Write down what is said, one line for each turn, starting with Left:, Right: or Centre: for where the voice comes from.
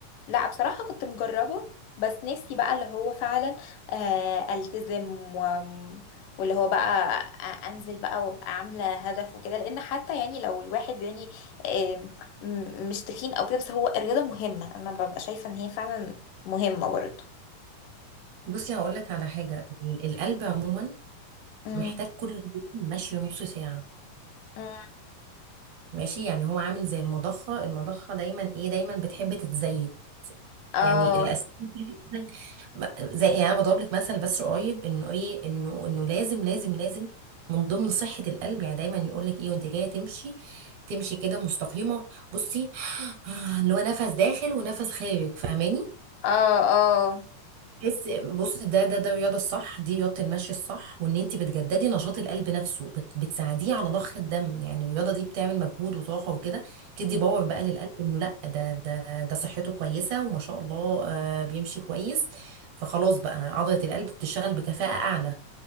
Left: لا بصراحة كنت مجربة بس نفسي بقى اللي هو فعلا آه التزم و... واللي هو بقى أ- انزل بقى وابقى عاملة هدف وكده لان حتى يعني لو الواحد يعني آم، م- مش تخين او كده بس هو الرياضة مهمة انا ببقى شايفة ان هي فعلا مهمة برضه
Right: بصي هقول لك على حاجة ال- القلب عموما
Left: امم
Right: محتاج كل يوم مشي نص ساعة
Left: امم
Right: ماشي يعني هو عامل زي المضخة المضخة دايما ايه دايما بتحب تتزايد
Left: اه
Right: يعني الاسنان دي بتتزايد. ب- زي يعني انا بضرب لك مثل بس قريب انه ايه انه انه لازم لازم لازم من ضمن صحة القلب يعني دايما يقول لك ايه وانت جاية تمشي تمشي كده مستقيمة بصي <sighs> اللي هو نفس داخل ونفس خارج فاهماني
Left: اه
Right: تحس بص ده ده ده الرياضه الصح دي رياضه المشي الصح وان انت بتجددي نشاط القلب نفسه بت بتساعديه على ضخ الدم يعني الرياضه دي بتعمل مجهود وطاقه وكده بتدي باور بقى للقلب انه لا ده ده ده صحته كويسه وما شاء الله آه بيمشي كويس فخلاص بقى عضله القلب بتشتغل بكفاءه اعلى